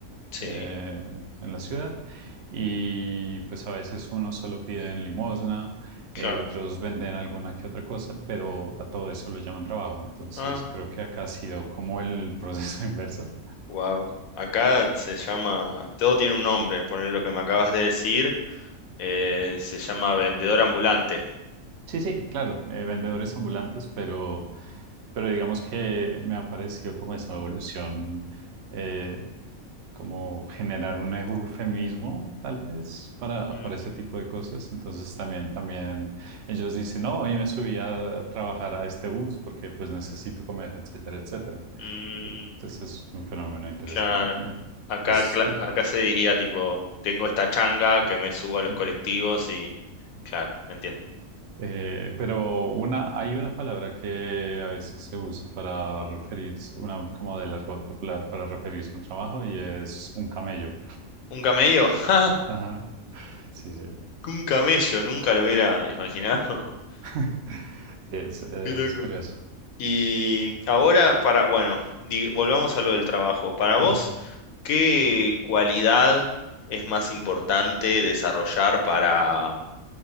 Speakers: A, on the left (about 80°); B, on the right (about 60°).
A: sí,
B: eh, en la ciudad. Y pues a veces uno solo pide en limosna,
A: claro.
B: eh, otros venden alguna que otra cosa, pero a todo eso lo llaman trabajo. Entonces
A: ah
B: creo que acá ha sido como el proceso <laughs> inverso.
A: Wow. Acá se llama, todo tiene un nombre, poner lo que me acabas de decir, eh, se llama vendedor ambulante.
B: Sí, sí, claro, eh, vendedores ambulantes, pero, pero digamos que me ha parecido como esa evolución, eh, como generar un eufemismo tal vez para,
A: Mm,
B: para ese tipo de cosas. Entonces también, también ellos dicen, no, hoy me subí a trabajar a este bus porque pues necesito comer, etcétera, etcétera.
A: mm,
B: Entonces es un fenómeno interesante
A: claro.
B: también.
A: Acá,
B: Pues,
A: cla-
B: eh,
A: acá se diría tipo, tengo esta changa que me subo a los
B: mm,
A: colectivos y, claro, entiendo.
B: eh, pero una, hay una palabra que a veces se usa para referirse, una como del argot popular para referirse a un trabajo y es un camello.
A: ¿Un camello? <laughs> ¡Ja!
B: Ajá. Sí, sí.
A: Un camello, nunca lo hubiera imaginado. <laughs>
B: <laughs> Sí, es, es
A: Qué loco.
B: curioso.
A: Y ahora para, bueno, di- volvamos a lo del trabajo. Para vos,
B: Ujú.
A: ¿qué cualidad es más importante desarrollar para